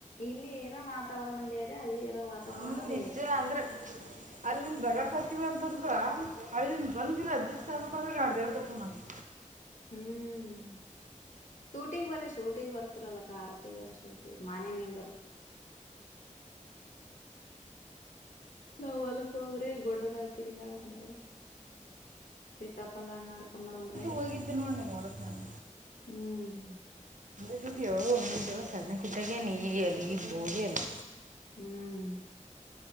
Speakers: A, on the left; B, on the right.
A: ಇಲ್ಲಿ ಇರೋ ವಾತಾವರಣ ಬೇರೆ ಅಲ್ಲಿ ಇರೋ... ವಾತಾವರಣ
B: ಹ್ಮ್ ನಿಜೆ
A: ಬೇರೆ
B: ಅಂದ್ರೆ. ಅಲ್ಲಿನ್ ಬಗ ಕತೀವ ಅಂತಂದ್ರ ಅಲ್ಲಿನ್ ಒಂದ ದಿನ ಅಡ್ಜಸ್ಟ್ ಆಗ್ಬೇಕ ಅಂದ್ರೆ ಅಡು ದ ತಕೊಂಡ್ ಮಾಡವಿ...
A: ಹ್ಮ್ <inaudible> ಸೂಟಿಗ್ ಬರ ಸೂಟಿಗೆ ಬರ್ತರಲ್ಲ ಕಾರತಿಗಾರ ಸೂಟಿ ಮಾನೆ ಮಿಗ್ ಬರಿ... ನಾ ಹೊಲ್ಕ್ ಹೋದ್ರೆ ಗೊಡ್ಡದಾಗ್ತಿರಿ <unintelligible> ಸೀತಾಪ್ಪಲ್ಲನ <unintelligible>
B: ಹೋಗಿದ್ದ ನೋಡ್ ನೀ ಹೊರಕ್ ನಾನು.
A: ಹ್ಮ್
B: <unintelligible> ಸಣ್ಣಕ್ಕಿ ಇದ್ದಾಗ್ಗಿ ನಿನ್ ಅಲ್ಲಿಗೆ ಇದ್ದೆ ಹೋಗ್ಲೇ ಇಲ್ಲಾ.
A: ಹ್ಮ್